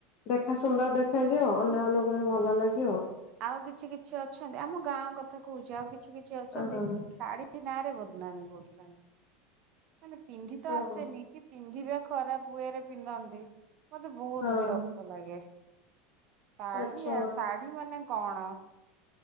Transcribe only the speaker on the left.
ଦେଖା ସୁନ୍ଦର ଦେଖାଯିବ ଅନ୍ୟମାନଙ୍କୁ ବି ଭଲ ଲାଗିବ
ଅ ହଁ
ହଁ
ହଁ
ଆଚ୍ଛା